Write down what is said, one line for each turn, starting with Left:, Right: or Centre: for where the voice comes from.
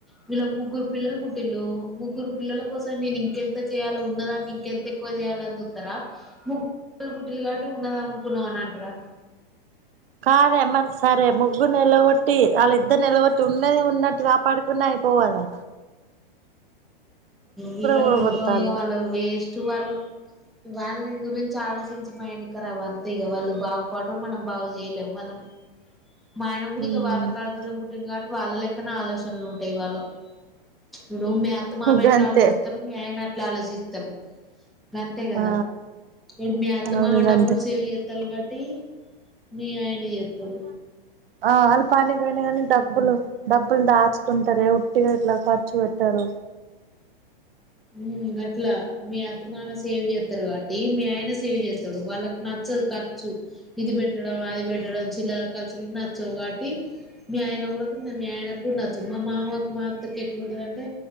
Centre: విళ్ళకు ముగ్గురు పిల్లలు పుట్టిల్లు ముగ్గురు పిల్లల కోసం నేనింకేంత చేయాల ఉన్నదాన్ని ఇంకెంత ఎక్కువ చేయాలి అని జూ త్తర ముగ్గు పిల్లలు పుట్టిలు కాబట్టి ఉన్నదమ్ముకున్నం అని అంటరా
Right: కాదేమరి సరే ముగ్గుర్నేల్లగొట్టి వాళ్ళ ఇద్దర్నిలగొట్టి ఉన్నది ఉన్నట్టు కాపాడుకున్నా అయ్ పోవ్ గదా
Centre: వీళ్ళ
Right: ఊడగొడతాళ్ళు
Centre: మొఖం ఇగ వాళ్ళ వేస్ట్ వాళ్ళు వాళ్ళ గురించి ఆలోచించి మైండ్ ఖరాబ్ అంతే ఇగ వాళ్ళు బాగుపడరు మనం బాగు జేయలేము వాళ్ళన్ మా ఆయన గుడ
Right: ఉమ్
Centre: ఇగ వాళ్ళా కడుపుల్నే పుట్టిండు కాబట్టి వాళ్ళ లెక్ క్కనే ఆలోచనలు ఉంటయి వాళ్ళకు ఇప్పుడు మీ అత్తమామ
Right: గంతే
Centre: ఎట్ల ఆలోచిస్తరు మీ ఆయన అట్లే ఆలోచిస్తడు అంతే గదా
Right: ఆ
Centre: ఇపుడు మీ అత్తమామ
Right: అవును గంతే
Centre: డబ్బులు సేవ్ జేత్తల్లు కబట్ ట్టి మీ ఆయన జేత్తడు
Right: ఆహ్ వాళ్ళు పనికి పోయినా గనీ డబ్బులు డబ్బులు దచ్ కుంటరే ఉట్టిగ ఇట్ల ఖర్చు పెట్టరు
Centre: ఉమ్ గట్ల మీ అత్తమామ సేవ్ జేత్తరు కాబట్టి మీ ఆయన సేవ్ జేత్తడు వాళ్ళకి న చ్చదు ఖర్చు ఇది పెట్టడం అది పెట్టడం చిల్లర ఖర్చులు నచ్చవు కాబట్టి మీ ఆయన మీ ఆయన గుడ నచ్చదు మా మామక్ మా అత్తకి ఎట్లుంటదంటే